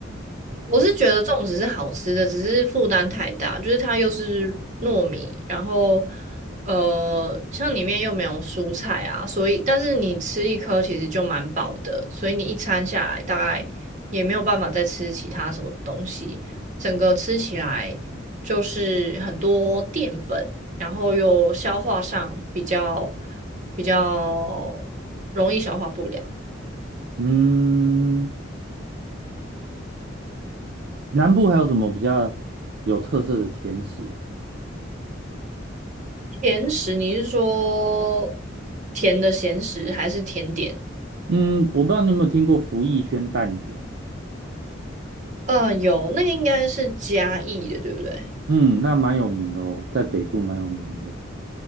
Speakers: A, on the right; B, on the right.
A: 我是觉得粽子是好吃的，只是负担太大，就是它又是糯米，然后呃，像里面又没有蔬菜啊，所以但是你吃一颗其实就蛮饱的，所以你一餐下来大概也没有办法再吃其他什么东西，整个吃起来就是很多淀粉，然后又消化上比较比较容易消化不良。
B: 嗯，南部还有什么比较有特色的甜食啊？
A: 甜食，你是说甜的咸食还是甜点？
B: 嗯，我不知道你有没有听过福义轩蛋卷，
A: 嗯，有，那个应该是嘉义的，对不对？
B: 嗯，那蛮有名的哦，在北部蛮有名的。